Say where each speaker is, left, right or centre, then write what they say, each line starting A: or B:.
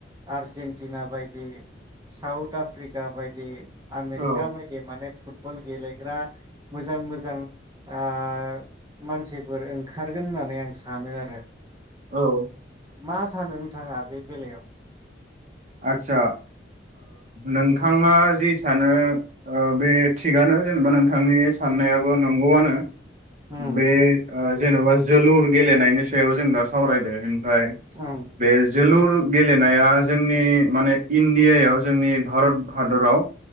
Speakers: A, on the right (about 20°); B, on the right (about 45°).
A: आर्जेेनटिना बायदि साउथ आफ्रिका बायदि। आमेरका
B: औ
A: बायदि माने। फुटबल गेलेग्रा मोजां-मोजां। ओ मानसिफोर ओंखारगोन होननानै आं सानो आरो।
B: औ
A: मा सानो नोंथाङा बे बेलायाव
B: आदसा नोंथाङा जि सानो बे थिगानो जेनेबा नोंथांनि साननायाबो नंगौआनो
A: उम
B: बे जेनबा जोलुर गेलेनायनि सायाव जों दा सावरायदों ओमफ्राय
A: उम
B: बे जोलुर गेलेनाया जोंनि माने इण्डियायाव जोंनि भारत हादराव